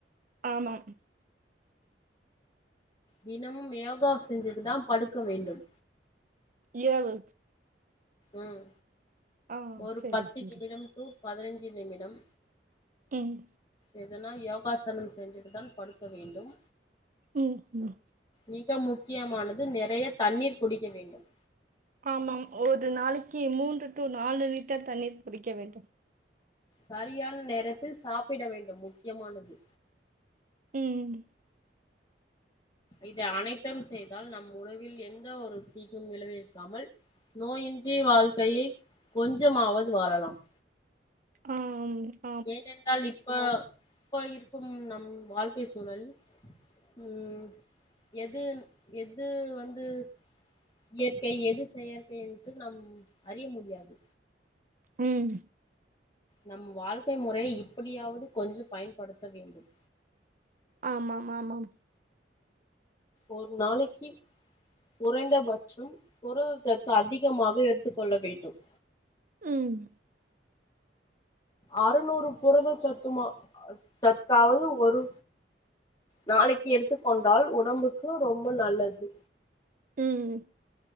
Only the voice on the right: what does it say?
ஆமாம்
இரவு
ஆ
சரி
சரி
ம்
ம் ம்
ஆமாம் ஒரு நாளைக்கு மூன்று டூ நாலு லிட்டர் தண்ணீர் குடிக்க வேண்டும்
ம்
ஆ ம்
ம்
ஆமாம் ஆமாம்
ம்
ம்